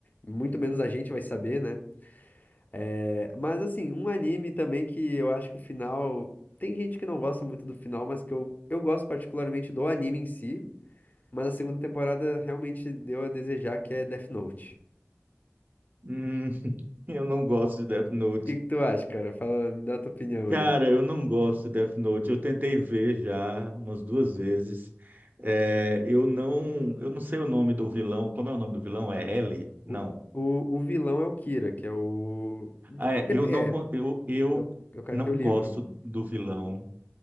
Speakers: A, on the left; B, on the right.
A: muito menos a gente vai saber, né? É, mas, assim, um anime também que eu acho que o final. Tem gente que não gosta muito do final, mas que eu, eu gosto particularmente do anime em si. Mas a segunda temporada realmente deu a desejar, que é Death Note.
B: Hum, <laughs> eu não gosto de Death Note.
A: O que que tu acha, cara? Fala, me dá a tua opinião
B: Cara,
A: aí.
B: eu não gosto de Death Note. Eu tentei ver já umas duas vezes. É, eu não, eu não sei o nome do vilão. Como é o nome do vilão? É L?
A: O,
B: Não.
A: o, o vilão é o Kira, que é o. ele
B: Ah, é, eu
A: É,
B: não, con-
A: é,
B: eu, eu
A: é o, é o cara
B: não
A: que tem o livro.
B: gosto do vilão